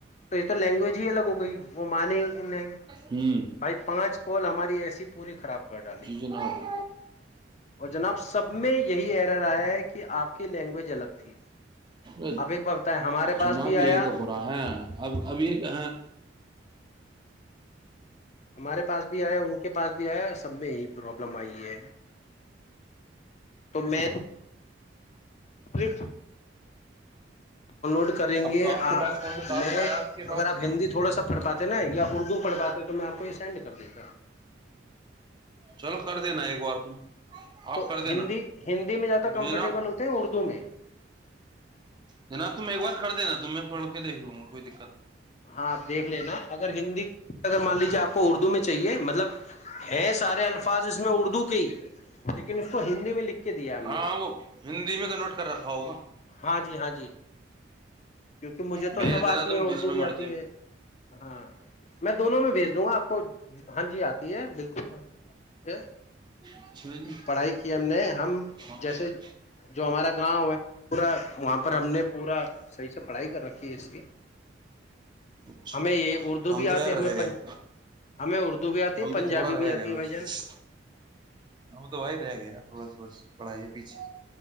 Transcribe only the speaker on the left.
تو یہ تو لینگویج ہی الگ ہوگا گئی وہ مان نہیں
بھائی پانچ کو کال ہماری اے سی پوری خراب کر ڈالی
اور جناب سب میں یہی ہے رہایا ہے کہ آپ کی لینگویج الگ تھی
اب ایک بار بتائیں ہمارے پاس
بھی آیا
ہمارے پاس بھی آیا ان کے پاس بھی آیا سب میں یہی پرابلم آئی ہے تو میں <unintelligible> <unintelligible> لوڈ کریں
گے
آپ
میں
اگر آپ ہندی تھوڑا سا پڑھ پاتے نا یا اردو پڑھاتے تو میں آپ کو یہ سین دیتا
تو
ہندی ہندی میں زیادہ کمفرٹیبل
ہوتے ہیں اردو میں
ہاں آپ دیکھ لینا اگر ہندی اگر مان لیجیے آپ کو اردو میں چاہیے مطلب ہے سارے الفاظ اس میں اردو کے ہی لیکن اس کو ہندی میں لکھ کے دیا ہم
نے
ہاں جی ہاں جی کیونکہ مجھے
تو سب آتی
ہے اردو
بھی
آتی ہے ہاں میں دونوں میں بھیج دوں گا آپ کو ہاں جی آتی ہے بالکل
پڑھائی کی ہم نے ہم
جیسے جو ہمارا گاؤں ہے پورا وہاں پہ پر ہم نے پورا پیچے پڑھائی کر رکھی ہے اس کی
ہمیں یہ اردو
بھی
آتی
ہمیں
ہمیں اردو بھی آتی
ہے
پنجابی
بھی آتی
ہے بھائی
جان